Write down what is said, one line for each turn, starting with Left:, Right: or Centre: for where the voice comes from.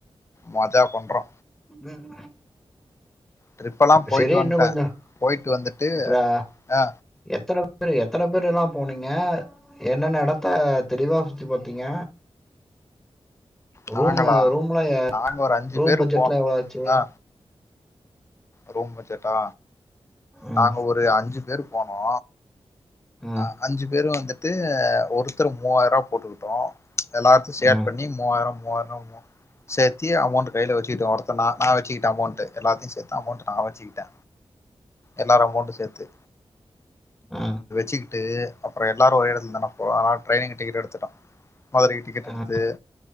Left: மஜா பண்றோ
Centre: ம்
Left: ட்ரிப்பெல்லா போயிட்டு
Centre: செரி
Left: வந்ட்டே
Centre: இன்னு கொஞ்சோ
Left: போயிட்டு வந்துட்டு
Centre: ஆக்ச்சுலா
Left: ஆ
Centre: எத்தன பேரு எத்தன பேர் எல்லா போனீங்க என்னென்ன எடத்த தெளிவா சுத்தி பாத்தீங்க
Left: நாங்களா
Centre: ரூமு ரூம்லா
Left: நாங்க ஒரு அஞ்சி
Centre: ரூம்
Left: பேரு
Centre: பட்ஜெட்லா
Left: போனோ
Centre: எவ்ளோ ஆச்சு
Left: ஆ ரூம் பஜட்டா
Centre: ம்
Left: நாங்க ஒரு அஞ்சி பேர் போனோ
Centre: ம்
Left: அ அஞ்சி பேரு வந்துட்டு ஒருத்தர் மூவாயிரூவா போட்டுக்கிட்டோ எல்லாத்தையு சேர்
Centre: ம்
Left: பண்ணி
Centre: ம்
Left: மூவாயிரோ மூவாயிரனா மோ சேத்தி அமோன்ட் கையில வச்சிட்டு ஒருத்தனா நா வச்சிகிட்டா அமோன்ட்டு எல்லாத்தையு சேத் அமௌண்ட்டு நா வச்சிக்கிட்ட எல்லாரு அமௌண்ட் சேத்து
Centre: ஆ
Left: சிகிட்டு அப்புறோ எல்லாரு ஒரே எடத்துல தான போறோ ட்ரெயினுக்கு டிக்கெட் எடுத்துட்டோ மதுரைக்கு டிக்கெட் எடுத்து
Centre: ம்